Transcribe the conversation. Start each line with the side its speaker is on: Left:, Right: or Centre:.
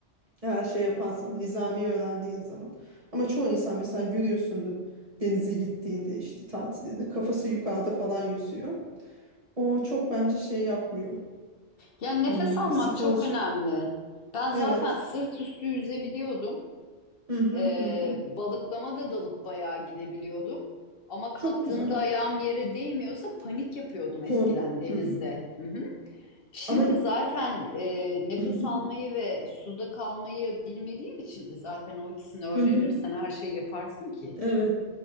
Right: Eğer şey yaparsan nizami öğrendiğin zaman. Ama çoğu insan mesela görüyorsundur denize gittiğinde işte tatilinde kafası yukarıda falan yüzüyor. O çok bence şey yapmıyor.
Left: Yani nefes
Right: Hmm,
Left: almak
Right: spor
Left: çok önemli. Ben
Right: evet.
Left: zaten sırt üstü yüzebiliyordum.
Right: Hı hı
Left: Ee,
Right: hı. hı.
Left: balıklama da dalıp bayağı gidebiliyordum. Ama kalktığımda
Right: Çok güzel.
Left: ayağım yere değmiyorsa panik yapıyordum
Right: Korku.
Left: eskiden denizde.
Right: Hı.
Left: Hı hı. Şimdi
Right: Ama
Left: zaten e, nefes
Right: hı hı.
Left: almayı ve suda kalmayı bilmediğim için e, zaten o ikisini öğrenirsen
Right: Hı hı.
Left: her şeyi yaparsın ki.
Right: Evet.